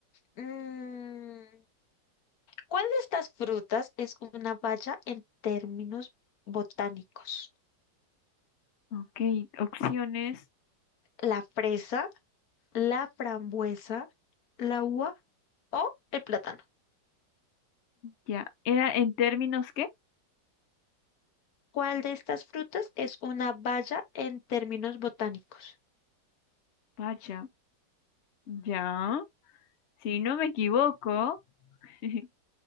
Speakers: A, on the left (about 60°); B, on the left (about 75°).
A: Mm, ¿Cuál de estas frutas es una baya en términos botánicos?
B: Ok, opciones.
A: ¿La fresa, la frambuesa, la uva o el plátano?
B: Ya. ¿Era en términos qué?
A: ¿Cuál de estas frutas es una baya en términos botánicos?
B: Pacha. Ya. Si no me equivoco, <laughs>